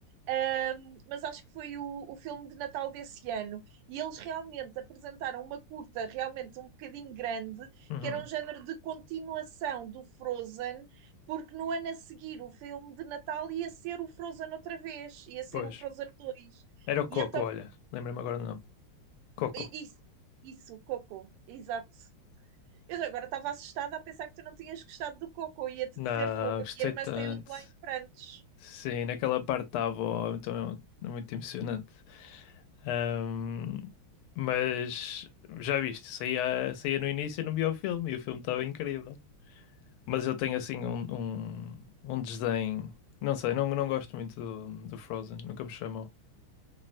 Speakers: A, on the right; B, on the left.
A: Um, mas acho que foi o, o filme de Natal desse ano. E eles realmente apresentaram uma curta, realmente um bocadinho grande,
B: Uhum,
A: que era um género de continuação do Frozen, porque no ano a seguir o filme de Natal ia ser o Frozen outra vez, ia ser
B: pois.
A: o Frozen dois
B: Era o
A: E
B: Coco,
A: então,
B: olha. Lembrei-me agora do nome. Coco.
A: i- isso, isso, Coco, exato. Eu agora estava assustada a pensar que tu não tinhas gostado do Coco, ia-te
B: Não,
A: dizer fogo, a
B: gostei
A: minha irmã
B: tanto.
A: saiu de lá em prantos.
B: Sim, naquela parte da avó, então é um, é muito emocionante. Ahm, mas já viste, saía, saía no início e não via o filme, e o filme estava incrível. Mas eu tenho assim um, um, um desdém, não sei, não, não gosto muito do, do Frozen, nunca me chamou.